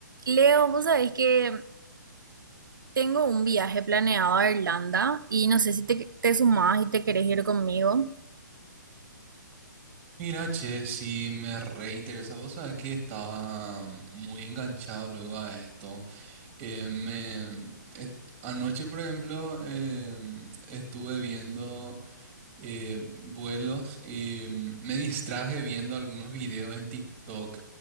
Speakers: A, on the right; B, on the right.
A: Leo, vos sabés que tengo un viaje planeado a Irlanda y no sé si te, te sumás y te querés ir conmigo.
B: Mira, che, si me reinteresa. Vos sabés que estaba mm, muy enganchado luego a esto. Eh, me, es- anoche, por ejemplo, em, estuve viendo eh, vuelos y mm, me distraje viendo algunos videos en TikTok.